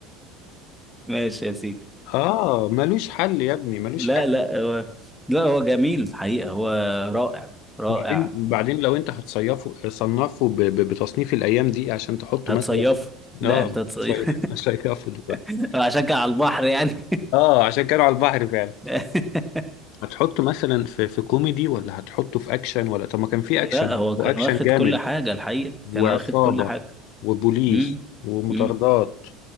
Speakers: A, in the centre; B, on the left.
A: ماشي يا سيدي
B: اه ملوش حل يا ابني ملوش
A: لا
B: حل
A: لا هو لا هو جميل الحقيقة هو رائع رائع
B: بعدين بعدين لو انت هتصيفه صنفه ب... ب... بتصنيف الايام دي عشان تحطه
A: هتصيفه
B: مثلا
A: لا
B: اه
A: انت تصيف
B: صيف- <laughs> صيفه دلوقتي
A: <laughs> عشان كان على البحر يعني
B: اه عشان كانوا على البحر فعلا
A: <laughs>
B: هتحطه مثلا في في كوميدي ولا هتحطه في اكشن ولا طب ما كان في
A: لا
B: اكشن
A: هو
B: واكشن
A: كان واخد
B: جامد
A: كل حاجة الحقيقة
B: وعصابة
A: كان واخد كل حاجة
B: وبوليس
A: امم
B: ومطاردات
A: امم